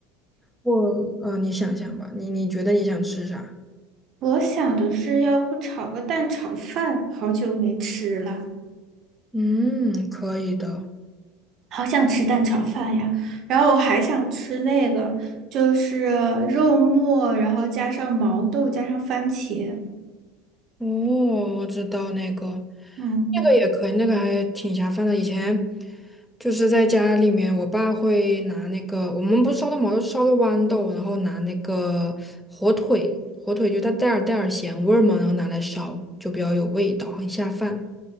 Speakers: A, in the centre; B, on the right.
A: 我嗯、呃你想想吧，你你觉得你想吃啥？
B: 我想的是，要不炒个蛋炒饭，好久没吃了。
A: 嗯，可以的。
B: 好想吃蛋炒饭呀，然后我还想吃那个，就是肉末，然后加上毛豆，加上番茄。
A: 哦，我知道那个，
B: 嗯，
A: 那个也可以，那个还挺下饭的。以前就是在家里面，我爸会拿那个，我们不是烧的毛，就是烧的豌豆，然后拿那个火腿，火腿就它带点儿带点儿咸味儿嘛，然后拿来烧，就比较有味道，很下饭。